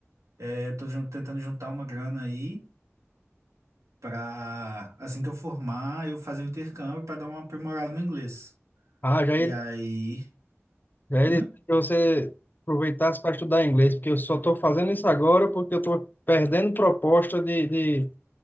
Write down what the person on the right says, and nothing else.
é, eu tô jun- tentando juntar uma grana aí para assim que eu formar, eu fazer um intercâmbio para dar uma aprimorada no inglês.
E aí,
hum,